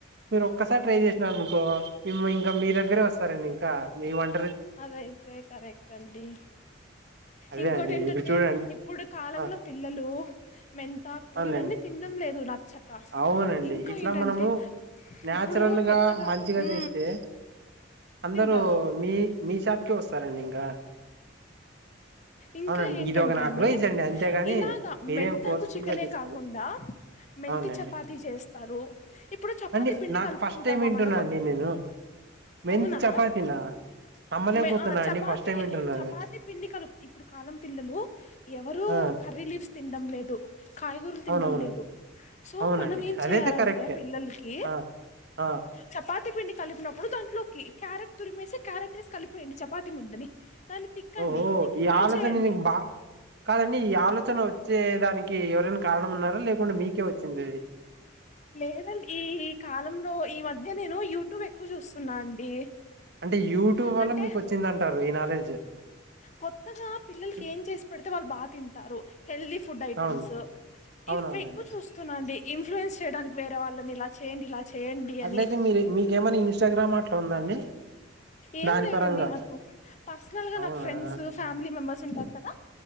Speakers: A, on the right; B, on the left.
A: మీరు ఒక్కసారి ట్రై చేసినారు అనుకో ఇంకా మీ దగ్గరే వస్తారంండి ఇంకా మీంట
B: అదయితే కరెక్ట్ అండి
A: అదే
B: ఇంకోటి
A: అండి
B: ఏంటంటే
A: ఇప్పుడు చూడండి
B: ఇప్పుడు కాలంలో
A: ఆ
B: పిల్లలు మెంతాకు
A: అవునులేండి
B: ఇవన్నీ తినడం లేదు నా చక్క
A: అవునండి
B: ఇంకా
A: ఇట్లా
B: ఏంటంటే
A: మనము న్యాచురల్
B: ఇప్పుడు కొత్తగా
A: గా మంచిగా
B: ఉ
A: చేస్తే అందరూ
B: తింటారు
A: మీ మీ షాప్ కె వస్తారంండి ఇంకా
B: ఇంకా
A: అవునండి
B: ఏంటంటే
A: ఇది ఒక నా
B: అండి
A: అడ్వైజ్ అంతేగాని
B: ఇలాగా
A: మీరేం
B: మెంతాకు
A: ఫోర్స్ఫుల్
B: చికెనే
A: గా తీసుకోలే
B: కాకుండా మెంతి
A: అవునండి
B: చపాతి చేస్తారు ఇప్పుడు చపాతి
A: అండి
B: పిండి
A: నా
B: కలుపుకుంటామా
A: ఫస్ట్ టైం వింటున్నా
B: మనము
A: అండి నేను మెంతి
B: అవునా
A: చపాతీనా నమ్మలేకపోతున్నా
B: మే హ చపాతి
A: అండి ఫస్ట్ టైం వింటున్నాను
B: చపా పాతే పిండి కలు ఇప్పుడు కాలం పిల్లలు ఎవరు
A: ఆ
B: కర్రీ లీఫ్స్ తినడం లేదు ద్దు కాయగూరలు తినడం
A: అవునవును
B: లేదు సో
A: అవునండి
B: మనం ఏం
A: అదైతే
B: చేయాలంటే
A: కరెక్టే
B: పిల్లలకి
A: ఆ ఆ
B: చపాతి పిండి కలిపినప్పుడు దాంట్లో ఇంట్లోకి క్యారెట్ తురిమేసి క్యారెట్ వేసి కలిపేయండి చపాతి ముద్దని దాన్ని తిక్కండి
A: ఓహో
B: తిక్కి
A: ఈ
B: కాల్చేయండి
A: ఆలోచన నీకు బా కాదండి ఈ ఆలోచన వచ్చ వచ్చే దానికి ఎవరైనా కారణం ఉన్నారా లేకుంటే మీకే వచ్చింది ఇది
B: లేదండి ఈ కాలంలో ఈ మధ్య మధ్య నేను యూట్యూబ్ ఎక్కువ చూస్తున్ అండి
A: అంటే యూట్యూబ్ వల్ల
B: అంటే
A: మీకు వచ్చిందంటారు ఈ నాలెడ్జ్
B: కొత్తగా పిల్లలకి
A: చు
B: ఏం చేసి పెడితే వాళ్ళు బా తింట తారు హెల్ది ఫుడ్ ఐటెమ్స్
A: అవును అవునవునండి
B: ఇవి ఎక్కువ చూస్తున్నాండి ఇన్ఫ్లుయెన్స్ చేయడానికి వేరే వాళ్లని ఇలా చేయండి ఇలా చేయండి అని
A: అట్లయితే మీర మీకేమని ఇంస్టాగ్రామ్ అట్లా ఉందండి
B: ఏం
A: దాని
B: లేవండి
A: పరంగా
B: నాకు పర్సనల్ గా
A: అవునా
B: నాకు ఫ్రెండ్స్ ఫ్యామిలీ మెంబర్స్ ఉంటారు కదా